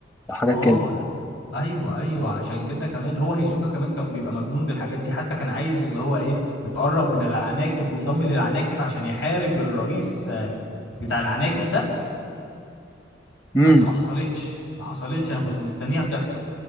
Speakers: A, on the left; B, on the left.
A: حاجات
B: اه
A: كده
B: لا ايوه ايوه عشان كده كمان هو هيسوكا كمان كان بيبقى مجنون بالحاجات دي حتى كان عايز اللي هو ايه اتقرب من العناكب وانضم للعناكب عشان يحارب الرئيس آه، بتاع العناكب ده
A: امم
B: بس ما حصلتش ما حصلتش انا كنت مستنيها تحصل